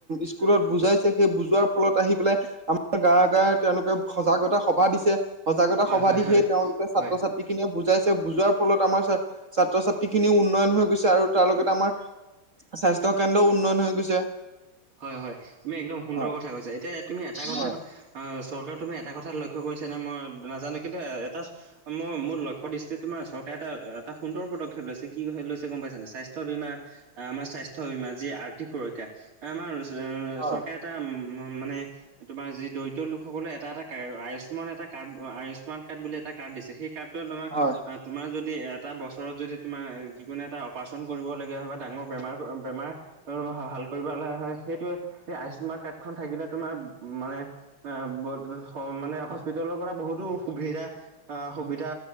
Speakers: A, on the right; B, on the right.
A: স্কুলত বুজাইছে সেই বুজোৱাৰ ফলত আহি পেলাই আমাৰ গাঁৱে গাঁৱে তেওঁলোকে সজাগতা সভা দিছে, সজাগতা
B: হয়
A: সভা
B: হয়
A: দি
B: হয়
A: সেই তেওঁলোকে ছাত্ৰ-ছাত্ৰী
B: হয়
A: যি খিনিয়ে বুজাইছে, বুজোৱাৰ ফলত আমাৰ ছাত্ৰ-ছাত্ৰী খিনিও উন্নয়ন হৈ গৈছে আৰু তাৰ লগতে আমাৰ স্বাস্থ্য কেন্দ্ৰও উন্নয়ন হৈ গৈছে
B: হয় হয় তুমি একদম সুন্দৰ
A: হয়
B: কথা কৈছা, এতিয়া তুমি এটা কথা
A: হয়
B: অ চৰকাৰে তুমি এটা কথাত লক্ষ্য কৰিছা নে মই নাজানো কিন্তু এটা মই মোৰ লক্ষ্য দৃষ্টিত তোমাৰ চৰকাৰে এটা এটা সুন্দৰ পদক্ষেপ লৈছে, কি লৈছে গম পাইছানে নাই? স্বাস্থ্য বীমা আমাৰ স্বাস্থ্য বীমা যি আৰ্থিক সুৰক্ষা, আমাৰ
A: হয়
B: চৰকাৰে এটা মা-মানে তোমাৰ যি দৰিদ্ৰ লোকসকলে এটা এটা কাৰ আয়ুস্মান এটা কাৰ্ড আয়ুস্মান কাৰ্ড বুলি এটা কাৰ্ড দিছে সেই কাৰ্ড
A: হয়
B: তোমাৰ <inaudible> তোমাৰ যদি এটা বছৰত যদি তোমাৰ যিকোনো এটা অপাৰেচন কৰিবলগীয়া হয় বা ডাঙৰ বেমাৰ বেমাৰ। <inaudible> ভাল কৰিব লগা হয় সেইটোৱে সেই আয়ুস্মান কাৰ্ডখন থাকিলে তোমাৰ মানে। <inaudible> মানে <inaudible> হস্পিতালৰ পৰা বহুতো সুবিধা সুবিধা